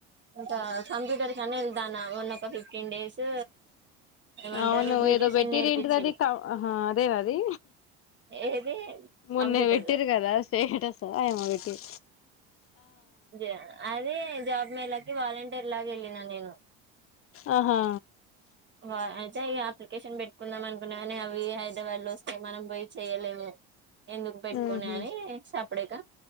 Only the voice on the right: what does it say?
ఇకా కంప్యూటర్ కన్నా వెళ్దానా మొన్న ఒక ఫిఫ్టీన్ డేస్ ఏమంటారు
బ్యూటీషియన్
నేర్పించిల్లు
ఏది
కంప్యూటర్
జా అదే జాబ్ మేలకి వాలంటీర్ లాగా ఎళ్ళిన నేను
వా అయితే ఇగ అప్లికేషన్ పెట్టుకుందాం అనుకున్నా కాని అవి హైదరాబాద్లో వస్తే మనం పోయి చేయ్యలేము ఎందుకు పెట్టుకొని
అని సాప్డేక